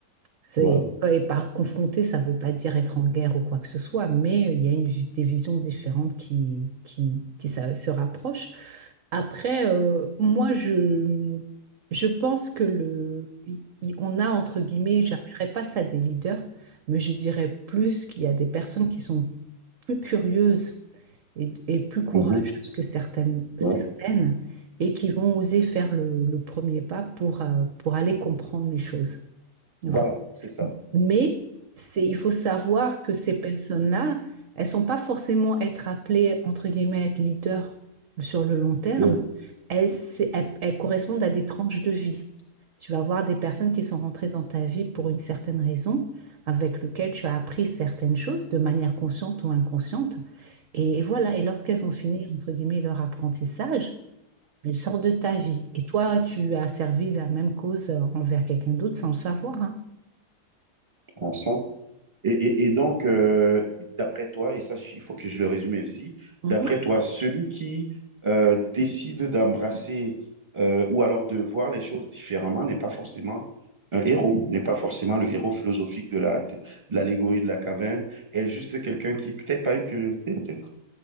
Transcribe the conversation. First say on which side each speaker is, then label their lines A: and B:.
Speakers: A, on the right (about 55°); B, on the right (about 15°).
A: C'est,
B: voilà.
A: et par confronter, ça ne veut pas dire être en guerre ou quoi que ce soit, mais il y a une, vi- des visions différentes qui, qui, qui sa- se rapprochent. Après, euh, moi, je, je pense que le, il- il- on a, entre guillemets, j'appellerais pas ça des leaders, mais je dirais plus qu'il y a des personnes qui sont plus curieuses et, et plus courageuses
B: Mhm,
A: que certaines, certaines
B: ouais.
A: et qui vont oser faire le, le premier pas pour, euh, pour aller comprendre les choses. Voilà.
B: Voilà, c'est ça.
A: Mais c'est, il faut savoir que ces personnes-là, elles sont pas forcément être appelées, entre guillemets, à être leaders sur le long terme.
B: Oui,
A: Elles, c'est- elles- elles correspondent à des tranches de vie. Tu vas voir des personnes qui sont rentrées dans ta vie pour une certaine raison, avec lequel tu as appris certaines choses de manière consciente ou inconsciente. Et, voilà, et lorsqu'elles ont fini, entre guillemets, leur apprentissage, elles sortent de ta vie. Et toi, tu as servi la même cause euh, envers quelqu'un d'autre sans le savoir, hein.
B: à ça. Et, et- et donc, euh, d'après toi, et ça, il faut que je le résume ainsi,
A: Mhm.
B: d'après toi, celui qui euh, décide d'embrasser euh, ou alors de voir les choses différemment n'est pas forcément un héros, n'est pas forcément le héros philosophique de la, de l'allégorie de la caverne, est juste quelqu'un qui, peut-être pas une curiosité, peut-être